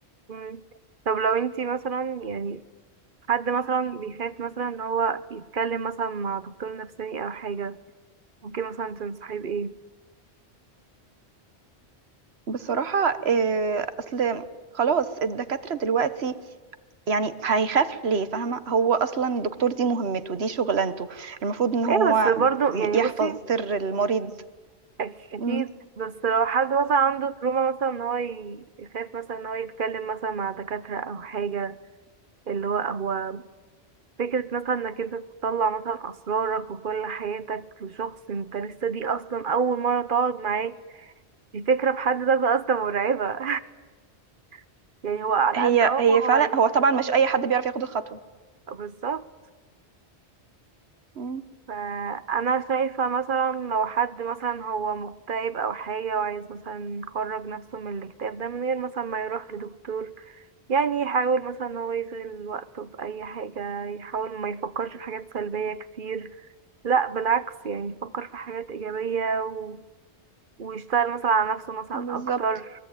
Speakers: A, on the right; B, on the right.
A: مم. طب لو انت مثلا يعني حد مثلا بيخاف مثلا ان هو يتكلم مثلا مع دكتور نفساني او حاجة ممكن مثلا تنصحيه بايه
B: بصراحة آه، أصل خلاص الدكاترة دلوقتي يعني هيخاف ليه فاهمة هو أصلا الدكتور دي مهمته دي شغلانته المفروض إن هو
A: ايه بس برضو يعني
B: يحفظ
A: بصي
B: سر المريض
A: أك- اكيد
B: مم.
A: بس لو حد مثلا عنده تروما مثلا ان هو ي- يخاف مثلا ان هو يتكلم مثلا مع دكاترة او حاجة اللي هو هو فكرة مثلا انك انت تطلع مثلا اسرارك وكل حياتك لشخص انت لسه دي اصلا اول مرة تقعد معاه دي فكرة بحد ذاتها اصلا مرعبة <laughs> يعني هو على
B: هي
A: قد اه
B: هي
A: ما هو
B: فعلا
A: هيفيدك
B: هو طبعا مش
A: اه بس
B: أي حد بيعرف ياخد الخطوة
A: بالظبط
B: مم.
A: فانا شايفة مثلا لو حد مثلا هو مكتئب او حاجة وعايز مثلا يخرج نفسه من الاكتئاب ده من غير مثلا ما يروح لدكتور يعني يحاول مثلا ان هو يشغل وقته بأي حاجة يحاول ما يفكرش في حاجات سلبية كتير لا بالعكس يعني يفكر في حاجات إيجابية و... ويشتغل مثلا على نفسه مثلا
B: بالظبط
A: أكتر